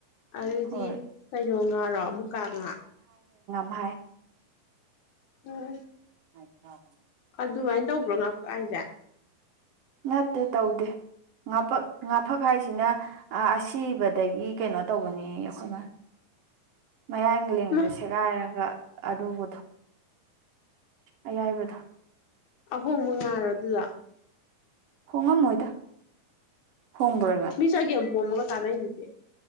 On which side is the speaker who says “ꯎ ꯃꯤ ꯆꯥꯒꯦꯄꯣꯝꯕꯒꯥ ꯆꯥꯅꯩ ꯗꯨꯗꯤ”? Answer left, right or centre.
Left